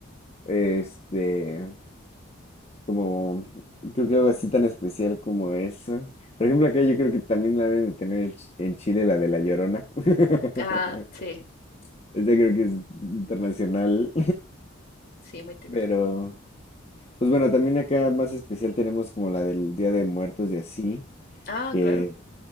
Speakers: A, on the left (about 30°); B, on the left (about 50°).
A: este, como, creo que algo así tan especial como eso. Por ejemplo, acá yo creo que también la deben de tener en Ch- en Chile, la de La Llorona. <laughs>
B: Ah, sí,
A: Esa creo que es internacional,
B: sí, muy típico.
A: <laughs> pero, pues bueno, también acá más especial tenemos como la del Día de Muertos y así,
B: Ah,
A: que,
B: claro.